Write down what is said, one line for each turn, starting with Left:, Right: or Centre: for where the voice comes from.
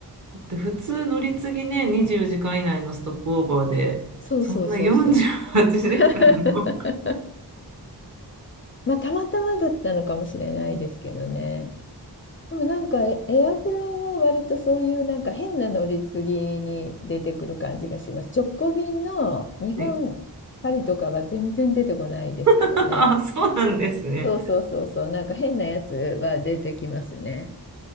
Right: だって普通乗り継ぎね、24時間以内のストップオーバーで、
Left: そうそうそうそう。
Right: そんな48時間も。
Left: <laughs> まあ、たまたまだったのかもしれないですけどね。でもなんかエ、エアフラは割とそういうなんか変な乗り継ぎに出てくる感じがします。直行便の日本、
Right: <laughs> はい
Left: パリとかは全然出てこないですけどね。
Right: <laughs> そうなんですね。
Left: そうそうそうそう、なんか変なやつは出てきますね。